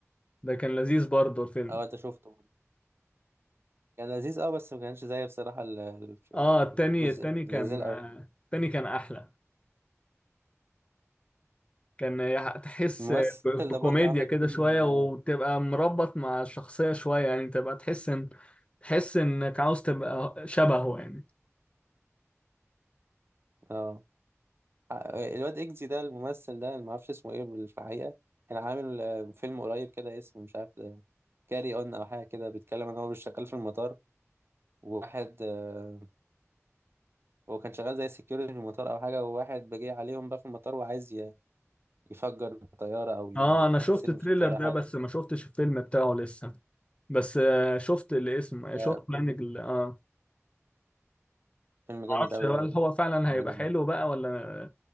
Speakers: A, on the left (about 25°); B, on the right (about 50°).
A: ده كان لذيذ برضه الفيلم
B: آه، انت شفته كان لذيذ اه بس ما كانش زي بصراحة ال- ال- في
A: اه التاني
B: الجزء
A: التاني كان
B: الجزء الاولاني
A: التاني كان احلى كان يح- تحس
B: الممثل
A: ب- بكوميديا
B: ده برضه عمل
A: كده
B: فيلم
A: شوية
B: اه
A: وتبقى مربط مع الشخصية شوية يعني تبقى تحس ان تحس انك عاوز تبقى شبهه يعني
B: آه. آه، الواد اكزي ده الممثل ده اللي معرفش اسمه ايه بال- في الحقيقة كان عامل آه، فيلم قريب كده اسمه مش عارف كاري اون او حاجة كده بيتكلم ان هو مش شغال في المطار وواحد آه، هو كان شغال زي سكيورتي في المطار او حاجة وواحد بيجي عليهم بقى في المطار وعايز ي- يفجر الطيارة او يحط
A: اه انا شفت
B: سم
A: التريلر
B: في الطيارة
A: ده
B: حاجة
A: بس ما شفتش الفيلم بتاعه لسه بس آه، شفت الاسم
B: ده
A: شفت بلانج
B: فيلم
A: ال- اه
B: فيلم جامد
A: معرفش
B: قوي
A: هل
B: برضه
A: هو فعلا
B: انا
A: هيبقى
B: عاجبني
A: حلو بقى ولا